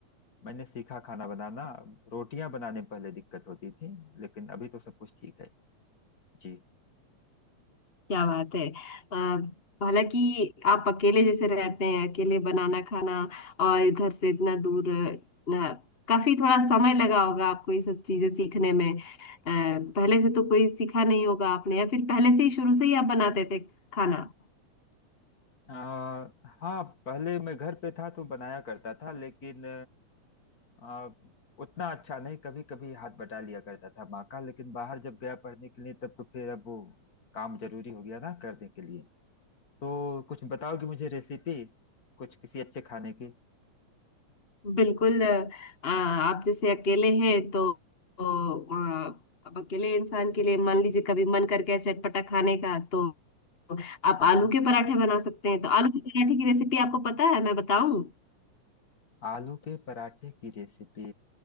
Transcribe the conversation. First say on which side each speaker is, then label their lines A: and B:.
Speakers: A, on the left (about 35°); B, on the left (about 80°).
A: मैंने सीखा खाना बनाना रोटियां बनाने में पहले दिक्कत होती थी लेकिन अभी तो सब कुछ ठीक है जी
B: क्या बात है अ, हालांकि आप अकेले जैसे रहते हैं अकेले बनाना खाना और घर से इतना दूर अ, काफी थोड़ा समय लगा होगा आपको ये सब चीजें सीखने में अ, पहले से तो कोई सीखा नहीं होगा आपने या फिर पहले से ही शुरू से ही आप बनाते थे खाना
A: आ, हाँ पहले मैं घर पे था तो बनाया करता था लेकिन आ, उतना अच्छा नहीं कभी कभी हाथ बटा लिया करता था माँ का लेकिन बाहर जब गया पढ़ने के लिए तब तो फिर अब वो काम जरूरी हो गया ना करने के लिए तो कुछ बताओगे मुझे रेसिपी कुछ किसी अच्छे खाने की
B: बिल्कुल अ, आप जैसे अकेले हैं तो, तो अ, अब अकेले इंसान के लिए मान लीजिए कभी मन करके है चटपटा खाने का तो आप
A: हाँ
B: आलू
A: हाँ
B: के पराठे बना सकते हैं तो आलू के पराठे की रेसिपी आपको पता है मैं बताऊं
A: आलू के पराठे की रेसिपी